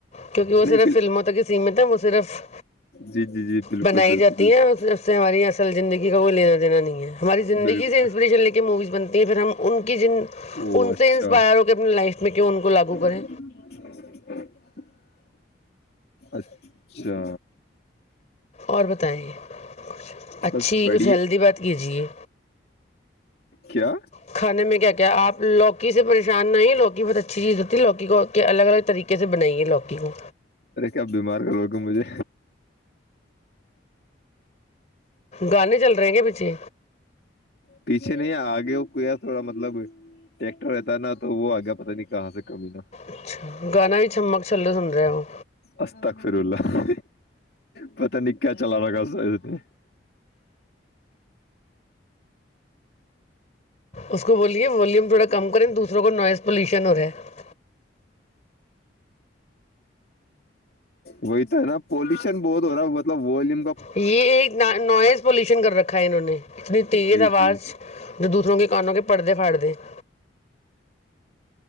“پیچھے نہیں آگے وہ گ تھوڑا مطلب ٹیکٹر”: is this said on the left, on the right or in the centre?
Left